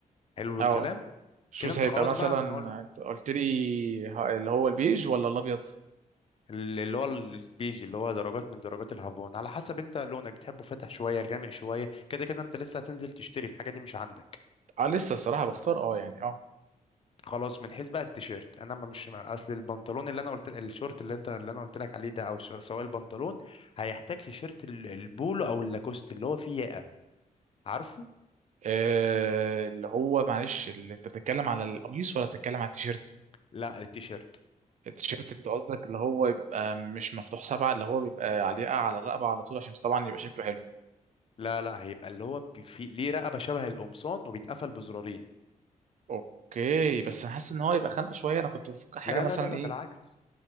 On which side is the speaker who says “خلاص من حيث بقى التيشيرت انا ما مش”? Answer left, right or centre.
Left